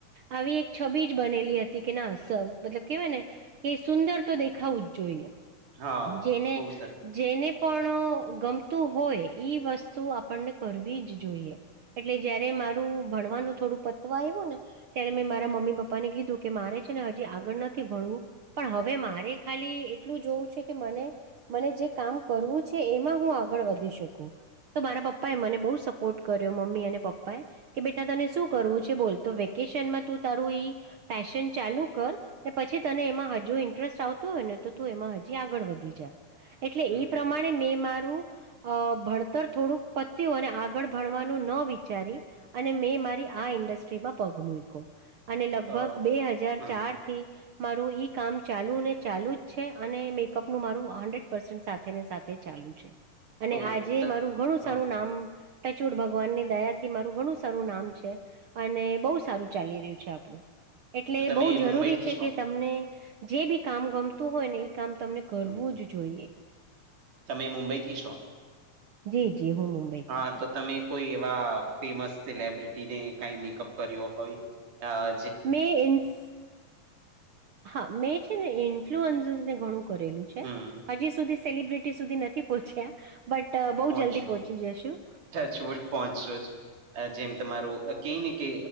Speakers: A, on the right; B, on the right.
A: આવી એક છબી જ બનેલી હતી કે ના સ મતલબ કેવાય ને કે સુંદર તો દેખાવું જ જોઈએ.
B: હા
A: જેને
B: બહુ સરસ
A: જેને પણ ગમતું હોય ઈ વસ્તુ આપણને કરવી જ જોઈએ. એટલે જયારે મારું ભણવાનું થોડું પત્વા આયવું ને ત્યારે મેં મારા મમ્મી પપ્પા ને કીધું કે મારે છે ને હજી આગળ નથી ભણવું. પણ હવે મારે ખાલી એટલું જોવું છે કે મને મને જે કામ કરવું છે એમાં હું આગળ વધી શકું. તો મારા પપ્પા એ મને બહુ સપોર્ટ કર્યો, મમ્મી અને પપ્પા એ. કે બેટા તને શું કરવું છે બોલ, તો વેકેશનમાં તું તારું ઈ પેશન ચાલુ કર, ને પછી તને એમાં હ જો ઇન્ટરેસ્ટ આવતો હોય ને તો તું એમાં હજી આગળ વધી જા. એટલે
B: હમ
A: ઈ પ્રમાણ મેં મારું અહ ભણતર થોડુંક પત્યું અને આગળ ભણવાનું ન વિચારી અને મેં મારી આ ઇન્ડસ્ટ્રીમાં પગ મૂઈકો. અને લગભગ
B: અ
A: બે હજાર
B: હમ
A: ચાર થી મારું <unintelligible> કામ ચાલુ ને ચાલુ જ છે, અને મેકઅપનું મારું હંડ્રેડ પર્સેન્ટ સાથે ને સાથે ચાલુ છે. અને
B: તો
A: આજે
B: ત
A: મારું ઘણું
B: હા
A: સારું નામ ટચુડ ભગવાનની દયા થી મારું ઘણું સારું નામ છે. અને બહુ સારું ચાલી રહ્યું છે આપણું. એટલે
B: તો તમે
A: બહુ જરૂરી
B: મુંબઈથી
A: છે
B: છો
A: કે તમને જે બી કામ ગમતું હોય ને ઈ કામ તમને કરવું
B: હમ
A: જ જોઈએ.
B: તમે મુંબઈ થી છો?
A: જી જી હું મુંબઈથી
B: હા
A: છું.
B: તો તમે કોઈ એવા ફેમસ સેલેબ્રિટીને કાંઈ મેકઅપ કર્યો હોય અહ
A: મેં ઇન્ફ, હા મેં છે ને ઇન્ફ્લુઅન્સસ ને ઘણું કરેલું છે.
B: હમ
A: હજી સુધી સેલિબ્રિટી સુધી નથી પહોંચ્યા, બટ બહું
B: પહોંચશો
A: જલ્દી પહોંચી જશું.
B: <unintelligible> જેમ તમારું કહે ને કે